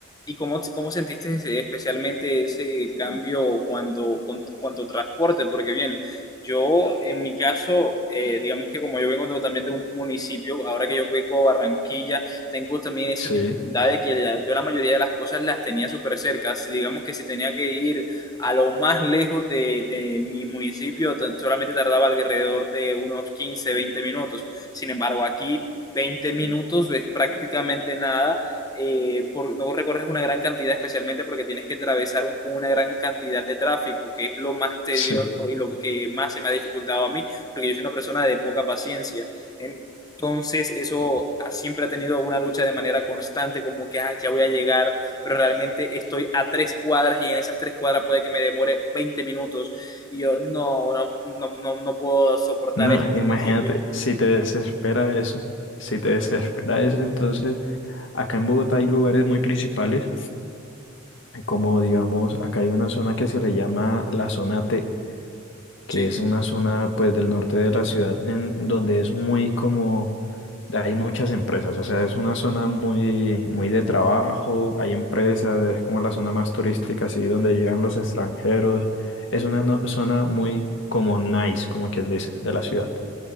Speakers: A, on the left (about 20°); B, on the left (about 65°).
A: ¿Y cómo, cómo sentiste ese- especialmente ese cambio cuando, con- cuanto transporte? Porque bien, yo en mi caso, eh, digamos que como yo vengo de- también de un municipio, ahora que yo vengo a Barranquilla, tengo también esa
B: Sí,
A: dificultad de que la- yo la mayoría de las cosas las tenía súper cerca. Si digamos que si tenía que ir a lo más lejos de, de mi municipio, tan- solamente tardaba alrededor de unos quince veinte minutos. Sin embargo, aquí... 20 minutos es prácticamente nada eh, por, no recorres una gran cantidad, especialmente porque tienes que atravesar un- una gran cantidad de tráfico, que es lo más tedioso
B: sí.
A: y lo que más se me ha dificultado a mí, porque yo soy una persona de poca paciencia. Entonces, eso ha- siempre ha tenido una lucha de manera constante, como que, ay, ya voy a llegar, pero realmente estoy a tres cuadras y en esas tres cuadras puede que me demore 20 minutos. Y yo no, no, no, no, no puedo soportar
B: No,
A: eso al
B: imagínate,
A: principio.
B: si te desespera eso, si te desespera eso, entonces acá en Bogotá hay lugares muy principales, eh, como digamos, acá hay una zona que se le llama la zona T. que
A: Sí,
B: es una zona pues del norte de la ciudad en donde es muy como hay muchas empresas, o sea, es una zona muy muy de trabajo, hay empresas, es como la zona más turística así donde llegan los extranjeros. Es una no- zona muy como nice, como quien dice, de la ciudad.